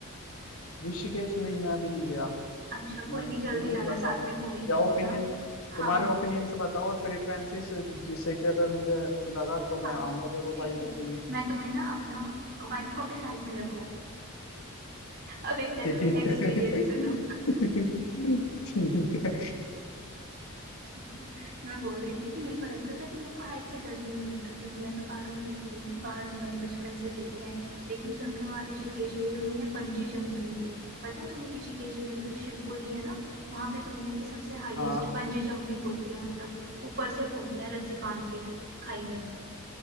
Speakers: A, on the left (about 80°); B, on the right (about 45°).
A: ऋषिकेश नहीं मैं अभी नहीं गया
B: अच्छा कोई
A: मैं
B: नहीं
A: तुम
B: जल्दी
A: मुझे
B: आना
A: बताओ
B: साथ
A: क्या
B: में घूमेंगे फिर
A: ओपिनियन
B: हाँ
A: तुम्हारे
B: हाँ
A: ओपिनियन से बताओ और प्रेफरेंसेस जिससे कि अगर मुझे लगा तो
B: हाँ
A: मैं आऊंगा जरूर भाई
B: ठीक
A: इधर
B: है
A: घूमने
B: मैं तुम्हें ना अपना वाइफ को अभी साइड में रखो अभी पहले
A: ठीक
B: मेरा
A: है
B: एक्सपीरियंस सुनो
A: <laughs> ठीक है
B: ठीक है मैं बोल रही थी कि मेरे को लगता था कि मेरे को हाइट से डर ही नहीं लगता क्योंकि मैं तो पहाड़ों में रहती हूँ पहाड़ तो मैंने बचपन से देखे हैं लेकिन जब मैं वहाँ ऋषिकेश गई और मैंने बंजी जंपिंग की पता है तुम्हें ऋषिकेश में जो शिवपुरी है ना वहाँ पे दुनिया की सबसे हाईएस्ट
A: हाँ
B: बंजी जंपिंग होती है मतलब ऊपर से कूदते हैं रस्सी बांध के खाई में